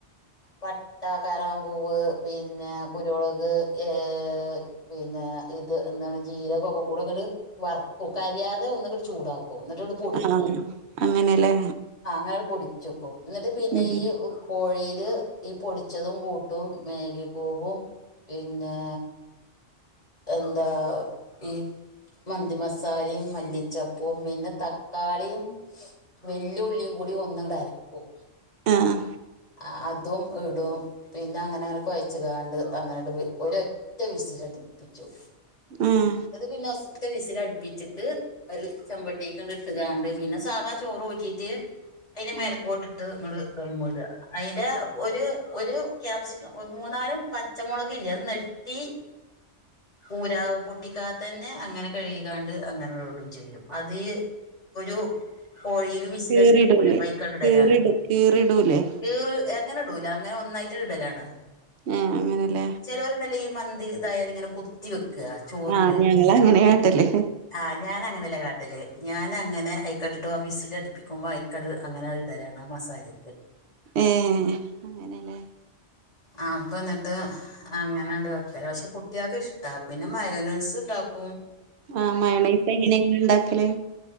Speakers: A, on the left (about 35°); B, on the right (about 65°).
A: പട്ട, കറാംമ്പൂവ് പിന്നെ,. രൊളക്. ഏഹ് പിന്നെ ഇത് എന്താണ് ജീരകൊക്കെ കൂടെങ്ങട് വറക്കും. കരിയാതെ ഒന്ന്ങ്ങട്ട് ചൂടാക്കും. എന്നിട്ട് ഇ പൊടിക്കും.
B: ആഹ് അങ്ങനെല്ലേ
A: ആഹ് അങ്ങനെട്ട് പൊടിക്കും. ച്ചക്കും. എന്നിട്ട് പിന്നെ
B: ഉം
A: ഈ കോഴീല് ഈ പൊടിച്ചതും കൂട്ടും. മാഗി കൂബും, പിന്നെ. എന്താ ഈ. മന്തി മസാലിം മല്ലിച്ചപ്പും പിന്നെ തക്കാളിം വെല്ല്യ ഉള്ളീം കൂടി ഒന്നങ്ങട്ടരക്ക. ക്കും
B: ആഹ്
A: ആ അതും ഇടും പിന്നങ്ങനെ കൊയച്ച്കാണ്ട് അങ്ങനെ വേ ഒരൊറ്റ വിസിലട്പ്പിച്ചും.
B: ഉം
A: അത് പിന്നെ ഫസ്റ്റ് വിസിലടുപ്പിച്ചിട്ട്. അത് ഒരു ചെമ്പട്ടീക്ക്ണ്ട് ഇട്ട്കാണ്ട് പിന്നെ സാധാ ചോറ് ഊറ്റീട്ട്. അയ്‌ന്റെ മേലക്കോട്ടിട്ട്
B: ആഹ്
A: ഇങ്ങട് ദമ്മ്ടാ അതിന്റെ ഒരു ഒരു കാപ്സി മൂന്നാല് പച്ചമുളക് ഇല്ലെ അത് നെട്ടി ഊരാ പൊട്ടിക്കാതെതന്നെ അങ്ങനെ കഴ്കികാണ്ട് അങ്ങനെട്ഇടും ചെയ്യും. അതീ ഒരു. കോഴിയില് വിസിലടുപ്പിക്കൂലെ
B: കീറിടൂലേ
A: അപ്പയ്ക്കാണ്ട് ഇടലാണ്.
B: കീറിടു കീറിടൂലേ
A: കീറു അങ്ങനെ ഇടൂല അങ്ങനെ ഒന്നായിട്ട് ഇടലാണ്.
B: ഏഹ് അങ്ങനെലേ?
A: ചേലോരുണ്ടല്ലോ ഈ മന്തി ഇതായാല്ങ്ങനെ കുത്തിവെക്കാ. ചോർല്
B: ആഹ് ഞങ്ങളങ്ങനെയാട്ടല്
A: ആഹ് ഞാനങ്ങനല്ല കാട്ടല്. ഞാന് അങ്ങനെ അയിക്കട്ടിട്ട് വിസിലടുപ്പിക്കുമ്പോ അയിക്കട് അങ്ങനാണ്ട് ഇടലാണ്. ആ മസാലീക്ക്.
B: ഏഹ് അങ്ങനെലേ?
A: ആഹ് പ്പന്നിട്ട്. അങ്ങനണ്ട് വെക്കലാ പക്ഷേ കുട്ട്യാക്ക് ഇഷ്ടാ പിന്നെ മയോനെയ്സ്ണ്ടാക്കും.
B: ആഹ് മയണൈസ് എങ്ങനെങ്ങള് ണ്ടാക്കല്?